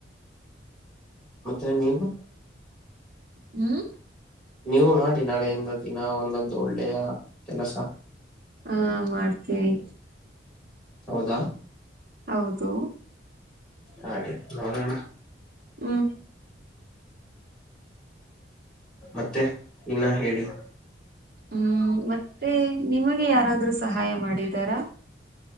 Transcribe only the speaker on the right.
ಹ್ಮ್
ಹಾ ಮಾಡ್ತೀನಿ
ಹೌದು
ಹ್ಮ್
ಹ್ಮ್ ಮತ್ತೆ ನಿಮಗೆ ಯಾರಾದ್ರು ಸಹಾಯ ಮಾಡಿದಾರ